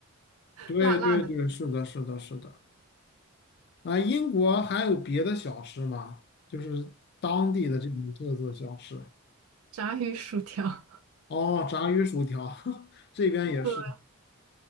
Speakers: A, on the left; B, on the right.
A: 对对对，
B: 辣辣的
A: 是的，是的，是的。啊，英国还有别的小吃吗？就是当地的这种特色小吃。
B: 炸鱼薯条。
A: 哦，炸鱼薯条，<laughs> 这边也是。
B: <laughs>